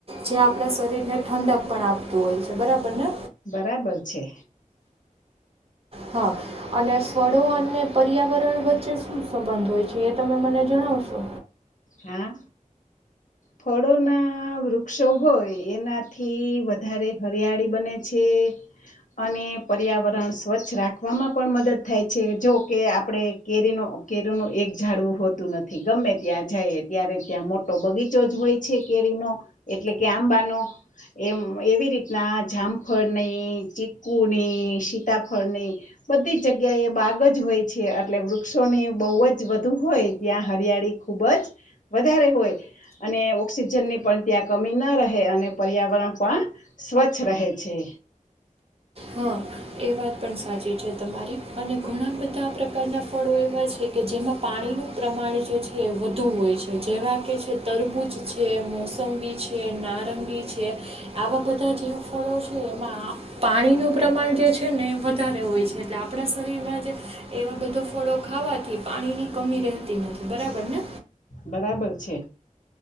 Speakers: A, on the right; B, on the left.
A: જે આપણા શરીરને ઠંડક પણ આપતું હોય છે બરાબર ને
B: બરાબર છે
A: હા અને ફળો અને પર્યાવરણ વચ્ચે શું સંબંધ હોય છે એ તમે મને જણાવશો
B: હા ફળોના વૃક્ષો હોય એનાથી વધારે હરિયાળી બને છે અને પર્યાવરણ સ્વચ્છ રાખવામાં પણ મદદ થાય છે જો કે આપણે કેરીનો કેરીનું એક જાડવું હોતું નથી ગમે ત્યાં જાય ત્યારે ત્યાં મોટો બગીચો જ હોય છે કેરીનો એટલે કે આંબાનો એમ એવી રીતના જામફળની ચીકુની સીતાફળની બધી જગ્યા એ બાગ જ હોય છે એટલે વૃક્ષોની બહુ જ વધધુ હોય ત્યાં હરિયાળી ખૂબ જ વધારે હોય અને ઓક્સિજનની પણ ત્યાં કમી ન રહે અને પર્યાવરણ પણ સ્વચ્છ રહે છે
A: હા એ વાત પણ સાચી છે તમારી અને ઘણા બધા પ્રકારનાં ફળો એવા છે કે જેમાં પાણીનું પ્રમાણ જે છે એ વધુ હોય છે જેવા કે છે તરબૂજ છે મોસંબી છે નારંબી છે આવા બધા જે ફળો છે એમાં પાણીનો પ્રમાણ જે છે ને વધારે હોય છે એટલે આપણા શરીરમાં એવા બધો ફળો ખાવાથી પાણીની કમી રહેતી નથી બરાબર ને
B: બરાબર છે